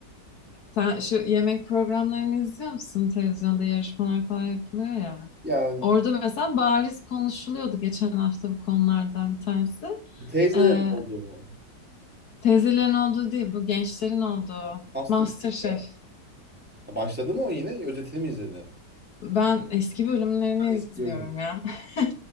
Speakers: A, on the left; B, in the centre.
A: Sen şu yemek programlarını izliyor musun? Televizyonda yarışmalar falan yapılıyor ya.
B: Yani
A: Orada mesela bariz konuşuluyordu geçen hafta bu konulardan bir tanesi.
B: teyzelerin
A: Ee,
B: olduğu mu?
A: Teyzelerin olduğu değil, bu gençlerin olduğu.
B: MasterChef
A: MasterChef.
B: var. Başladı mı o yine? Özetini mi izledin?
A: Ben eski bölümlerini
B: Eski
A: izliyorum
B: bölümleri.
A: ya. <laughs>